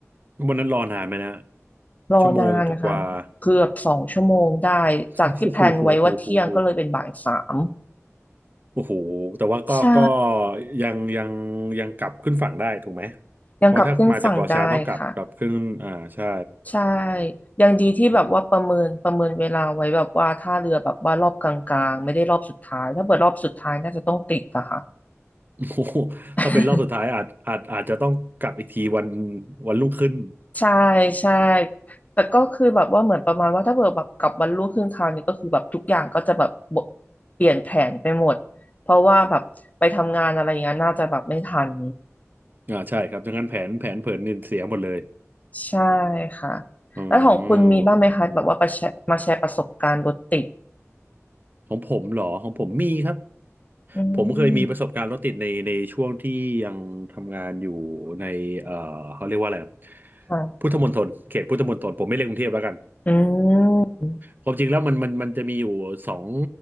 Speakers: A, on the right; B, on the left.
A: วันนั้นรอนานไหมนะ
B: รอนานค่ะเกือบสองชั่วโมงได้จากที่แพลนไว้ว่าเที่ยงก็เลยเป็นบ่ายสาม
A: ชั่วโมงกว่าๆ <laughs> โอ้โหโอ้โหโหโอ้โหแต่ว่าก็ก็
B: ใช่
A: ยังยังยังกลับขึ้นฝั่งได้ถูกไหม
B: ยังกลับขึ้นฝั่งได้ค่ะ
A: เพราะถ้ามาจากเกาะช้างต้องกลับกลับขึ้นอ่าใช่
B: ใช่ยังดีที่แบบว่าประเมินประเมินเวลาไว้แบบว่าท่าเรือแบบว่ารอบกลางๆไม่ได้รอบสุดท้ายถ้าเปิดรอบสุดท้ายน่าจะต้องติดอะค่ะ
A: โอ้โห
B: <laughs>
A: ถ้าเป็นรอบสุดท้ายอาจอาจอาจจะต้องกลับอีกทีวันวันรุ่งขึ้น
B: ใช่ใช่แต่ก็คือแบบว่าเหมือนประมาณว่าถ้าเกิดแบบกลับวันรุ่งขึ้นคราวนี้ก็คือแบบทุกอย่างก็จะแบบเปลี่ยนแผนไปหมดเพราะว่าแบบไปทำงานอะไรอย่างเงี้ยน่าจะแบบไม่ทัน
A: อ่าใช่ครับดังนั้นแผนแผนเผินนินเสียหมดเลย
B: ใช่ค่ะ
A: อ๋อ
B: แล้วของคุณมีบ้างไหมคะแบบว่าประแชร์มาแชร์ประสบการณ์รถติด
A: ของผมเหรอของผมมีครับ
B: อื
A: ผมเคยมีประสบการณ์รถติดในในช่วงที่ยังทำงานอยู่ในเอ่อเขาเรียกว่าอะไรอะ
B: มค่ะ
A: พุทธมณฑลเขตพุทธมณฑลผมไม่เรียกกรุงเทพแล้วกัน
B: อืม
A: ความจริงแล้วมันมันมันจะมีอยู่สอง